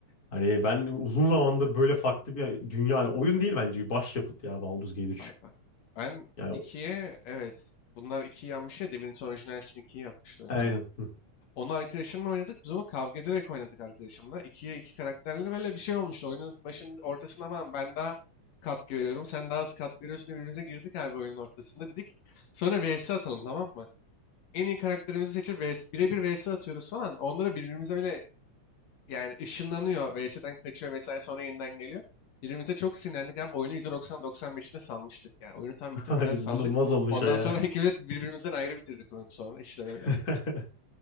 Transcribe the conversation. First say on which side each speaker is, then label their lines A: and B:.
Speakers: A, on the left; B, on the left.
A: Hani ben uzun zamandır böyle farklı bir dünya yani oyun
B: Hmm,
A: değil bence bir başyapıt ya Baldur's Gate 3.
B: Abi ben. Ben
A: Yani
B: 2'ye evet. Bunlar 2'yi yenmiş ya. Divinity Original Sin 2'yi yenmişti önce
A: aynen.
B: abi. Onu arkadaşımla oynadık. Biz onu kavga ederek oynadık arkadaşımla. İkiye iki karakterleri böyle bir şey olmuştu. Oyunun başının ortasına falan ben daha katkı veriyorum. Sen daha az katkı veriyorsun diye birbirimize girdik abi oyunun ortasında. Dedik sonra vs atalım tamam mı? En iyi karakterimizi seçip vs, birebir vs atıyoruz falan. Onlara birbirimize öyle yani ışınlanıyor. Vs'den kaçıyor vesaire sonra yeniden geliyor. Birbirimize çok sinirlendik. Hem oyunu 190-95'ine salmıştık. Yani oyunu tam bitirmeden
A: Ay,
B: saldık.
A: <laughs> <laughs> inanılmaz olmuş
B: Ondan
A: o ya.
B: sonra <laughs> ikimiz de birbirimizden ayrı bitirdik oyunu sonra. İşte
A: <laughs>
B: böyle.